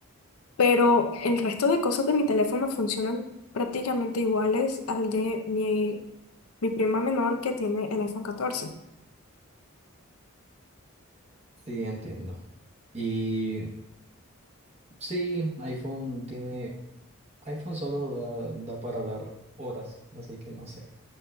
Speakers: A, on the left; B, on the right.
A: Pero el resto de cosas de mi teléfono funcionan prácticamente iguales al de mi mi prima menor que tiene el iPhone catorce.
B: Sí, entiendo. Y sí, iPhone tiene iPhone solo da, da para hablar horas, así que no sé.